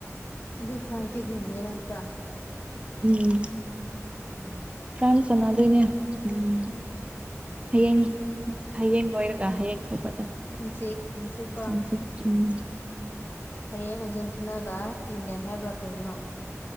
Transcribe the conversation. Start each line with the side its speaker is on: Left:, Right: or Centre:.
Left: ꯑꯗꯨ ꯐ꯭ꯔꯟꯁꯇꯤ ꯍꯤꯡꯉꯦ ꯅꯠꯇ꯭ꯔꯥ
Right: ꯎꯝ
Left: ꯎꯝ
Right: ꯐꯔꯥꯟꯁ ꯁꯥꯟꯅꯗꯣꯏꯅꯦ ꯎꯝ ꯍꯌꯦꯡ ꯍꯌꯦꯡ ꯂꯣꯏꯔꯒ ꯍꯌꯦꯡ ꯊ‌ꯣꯛꯄꯗ
Left: ꯍꯪꯆꯤꯠ ꯍꯪꯆꯤꯠꯀꯣ
Right: ꯑꯗꯨ ꯎꯝ
Left: ꯍꯌꯦꯡ ꯑꯔꯖꯦꯟꯇꯤꯅꯥꯒ ꯏꯪꯂꯦꯟ ꯍꯥꯏꯕ꯭ꯔꯥ ꯀꯔꯤꯅꯣ